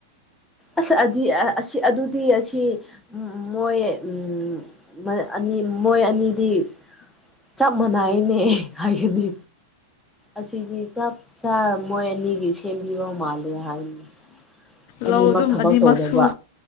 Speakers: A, in the centre; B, on the left (about 50°).
A: ꯑꯁ ꯑꯗꯨꯗꯤ ꯑꯁꯤ ꯃꯣꯏ ꯎꯝ ꯃꯣꯏ ꯑꯅꯤꯗꯤ ꯆꯞ ꯃꯥꯟꯅꯩꯅꯦ ꯍꯥꯏꯒꯅꯤ ꯑꯁꯤꯗꯤ ꯆꯞ ꯆꯥ ꯃꯣꯏ ꯑꯅꯤꯒꯤ ꯁꯦꯝꯕꯤꯕ ꯃꯥꯂꯦ ꯍꯥꯏꯅꯤ ꯑꯅꯤꯃꯛ
B: ꯂꯧ ꯑꯗꯨꯝ
A: ꯊꯕꯛ
B: ꯑꯅꯤꯃꯛ
A: ꯇꯧꯗꯕ
B: ꯁꯨ